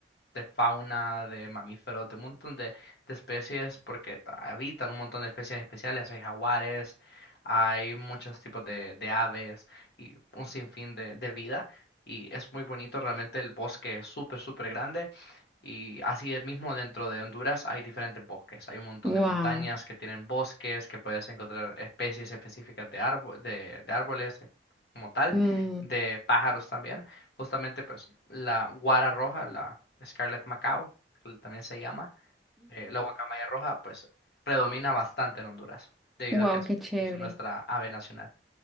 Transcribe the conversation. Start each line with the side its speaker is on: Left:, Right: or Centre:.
Left: de fauna, de mamíferos, de un montón de, de especies, porque habitan un montón de especies especiales, hay jaguares, hay muchos tipos de, de aves y un sinfín de, de vida. Y es muy bonito, realmente el bosque es súper, súper grande. Y así es mismo dentro de Honduras hay diferentes bosques. Hay un montón
Centre: Wow.
Left: de montañas que tienen bosques, que puedes encontrar especies específicas de, árbo- de, de árboles eh, como tal,
Centre: Mm,
Left: de pájaros también. Justamente, pues, la guara roja, la Scarlet Macao, que también se llama, eh, la guacamaya roja, pues, predomina bastante en Honduras, debido
Centre: Wow,
Left: a que es,
Centre: qué chévere.
Left: es nuestra ave nacional.